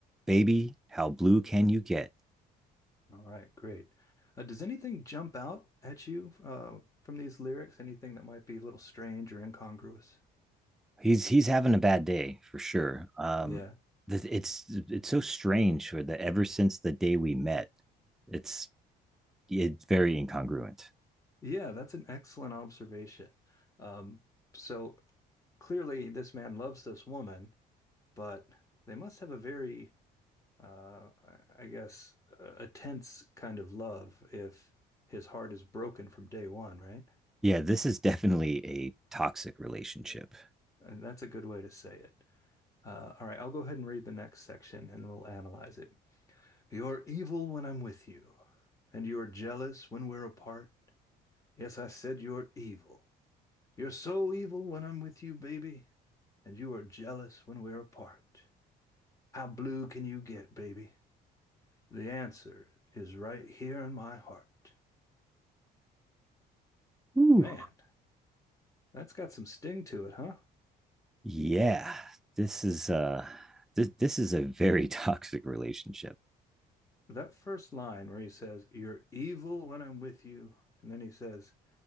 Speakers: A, in the centre; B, on the left.
A: baby, how blue can you get?
B: All right, great. Uh, does anything jump out at you uh, from these lyrics? Anything that might be a little strange or incongruous?
A: He's he's having a bad day for sure. Um
B: Yeah.
A: it's it's so strange for the ever since the day we met. It's it's very incongruent.
B: Yeah, that's an excellent observation. Um, so clearly, this man loves this woman, but they must have a very, uh, I guess, a tense kind of love if his heart is broken from day one, right?
A: Yeah, this is definitely a toxic relationship.
B: And that's a good way to say it. Uh, all right, I'll go ahead and read the next section and we'll analyze it. You're evil when I'm with you, and you are jealous when we're apart. Yes, I said you're evil. You're so evil when I'm with you, baby, and you are jealous when we're apart. How blue can you get, baby? The answer is right here in my heart.
A: Ooh.
B: Man, that's got some sting to it, huh?
A: Yeah, this is uh th- this is a very <laughs> toxic relationship.
B: That first line where he says, You're evil when I'm with you, and then he says,